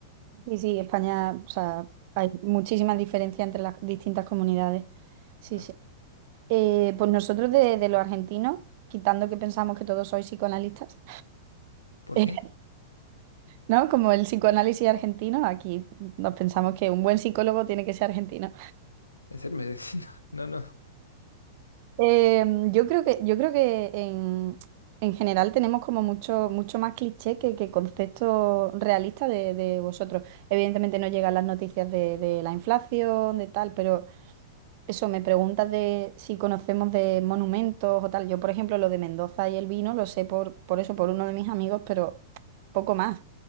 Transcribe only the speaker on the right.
Sí, sí, España, o sea, hay muchísimas diferencias entre las distintas comunidades. Sí,
sí. Eh, pues nosotros de, de los argentinos, quitando que pensamos que todos sois psicoanalistas.
<laughs>
¿no? Como el psicoanálisis argentino, aquí nos pensamos que un buen psicólogo tiene que ser argentino.
Eh, yo creo que, yo creo que en, en general tenemos como mucho, mucho más cliché que, que concepto realista de, de vosotros. Evidentemente no llegan las noticias de, de la inflación, de tal, pero eso, me preguntas de si conocemos de monumentos o tal. Yo, por ejemplo, lo de Mendoza y el vino lo sé por, por eso, por uno de mis amigos, pero poco más.